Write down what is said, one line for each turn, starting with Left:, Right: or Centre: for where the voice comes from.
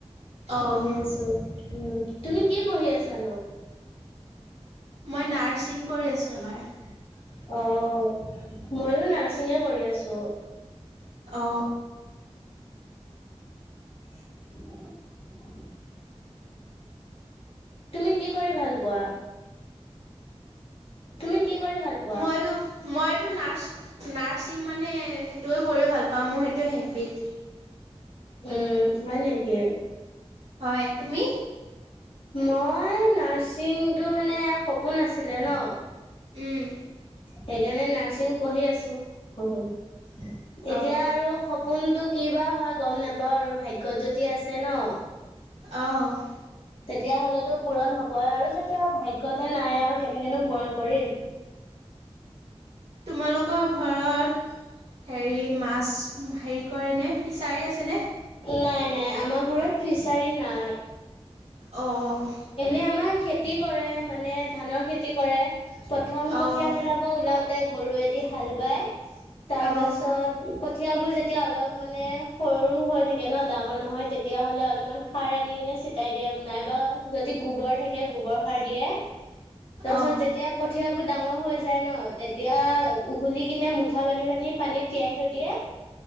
Right: অ',
Left: বহি আছো। উম, তুমি কি পঢ়ি আছা নো?
Right: মই নাৰ্ছিং কৰি আছো এইবাৰ।
Left: অ' ময়ো নাৰ্ছচিঙে কৰি আছোঁ।
Right: অ'
Left: <inaudible> তুমি কি কৰি ভাল পোৱা? তুমি কি কৰি ভাল পোৱা?
Right: মইতো, মইতো নাৰ্চ, নাৰ চিং মানে, সেইটোৱে কৰি ভাল পাওঁ, মোৰ সেইটোৱে হেবিট
Left: উম, হয় নেকি?
Right: হয়, তুমি?
Left: মই নাৰ্ছিংটো মানে সপোন আছিলে ন।
Right: উম।
Left: সেইকাৰণে নাৰ্ছিং পঢ়ি আছোঁ।
Right: অ',
Left: এতিয়া আৰু সপ পোনটো কিবা হয় গম নাপাওঁ আৰু, ভাগ্যত যদি আছে ন
Right: অ'
Left: তেতিয়া হ'লেতো পূৰণ হ'ব আৰু যেতিয়া আৰু ভাগ্যতে নাই আৰু কেনেকেনো পূৰণ কৰিম!
Right: তোমালোকৰ ঘৰত, হেৰি মাছ হেই কৰেনে ফিচাৰি আছেনে?
Left: নাই নাই, আমাৰ ঘৰত ফিচাৰী নাই।
Right: অ'
Left: এনে, আমাৰ খেতি কৰে, মানে ধানৰ খেতি কৰে। প্ৰথম
Right: অ',
Left: কঠিয়া পেলাব ওলাওঁত তে গৰুৱে দি হাল বায়, তাৰ
Right: অ',
Left: পাছত কঠিয়াবোৰ যেতিয়া অলপ মানে সৰু হৈ থাকে ন ডাঙৰ নহয়, তেতিয়াহ'লে অলপমান সাৰ আনি কিনে ছটিয়াই দিয়ে, নাইবা যদ দি গোবৰ থাকে, গোবৰ সাৰ দিয়ে। <inaudible> তাৰছত
Right: অ',
Left: যেতিয়া কঠিয়াবোৰ ডাঙৰ হৈ যায় ন, তেতিয়া ওঘলি কিনে মুঠা বান্ধি বান্ধি পানীত তিয়াই থৈ দিয়ে।